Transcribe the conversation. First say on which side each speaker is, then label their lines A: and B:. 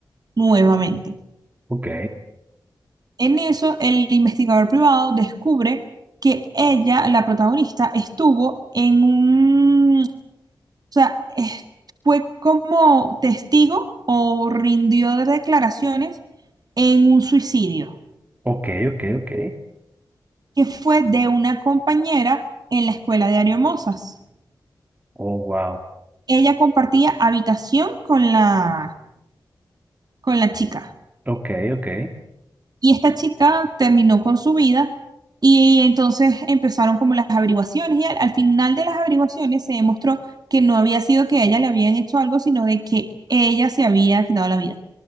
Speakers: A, on the right (about 55°); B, on the right (about 20°).
A: nuevamente.
B: ok,
A: En eso, el investigador privado descubre que ella, la protagonista, estuvo en un o sea, eh, fue como testigo o rindió declaraciones en un suicidio,
B: ok, ok, ok,
A: que fue de una compañera en la escuela de Ariomosas.
B: oh, wow,
A: Ella compartía habitación con la, con la chica
B: ok, ok,
A: y esta chica terminó con su vida y entonces empezaron como las averiguaciones y al, al final de las averiguaciones se demostró que no había sido que a ella le habían hecho algo, sino de que ella se había quitado la vida.